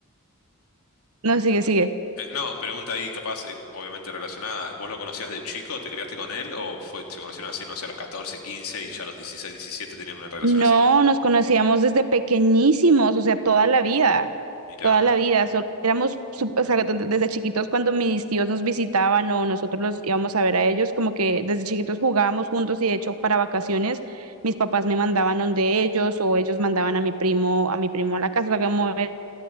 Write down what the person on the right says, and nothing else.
no, sigue, sigue.
No,
nos conocíamos desde pequeñísimos, o sea, toda la vida,
toda la vida. Solo éramos, sup- o sea, desde desde chiquitos cuando mis tíos nos visitaban o nosotros los íbamos a ver a ellos, como que desde chiquitos jugábamos juntos y de hecho para vacaciones mis papás me mandaban donde ellos o ellos mandaban a mi primo, a mi primo a la casa, o sea, como é-